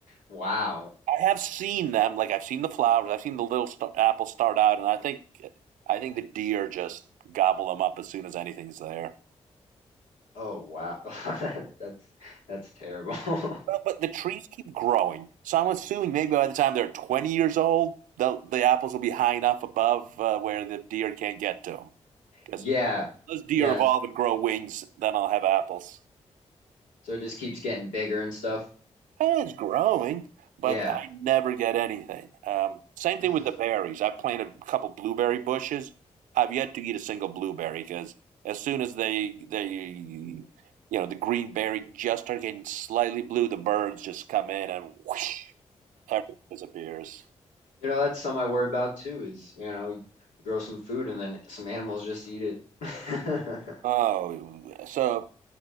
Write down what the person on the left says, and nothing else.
Wow.
Oh wow. <laughs> That- That's that's terrible. <laughs>
Yeah.
Yes.
So it just keeps getting bigger and stuff.
Yeah.
<laughs>
You know, that's something I worry about too is, you know, you grow some food and then some animals just eat it. <laughs>